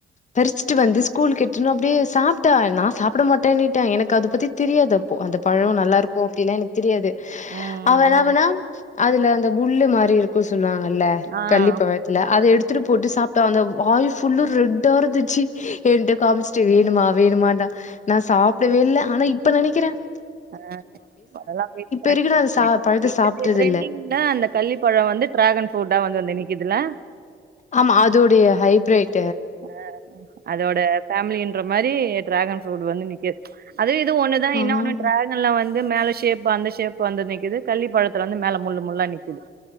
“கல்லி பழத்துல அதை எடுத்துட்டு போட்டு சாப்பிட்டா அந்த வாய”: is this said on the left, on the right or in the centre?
Left